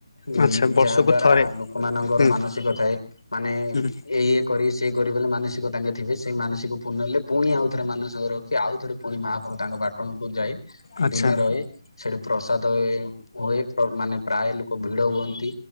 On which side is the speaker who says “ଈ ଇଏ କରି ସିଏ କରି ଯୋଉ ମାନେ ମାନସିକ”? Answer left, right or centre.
Left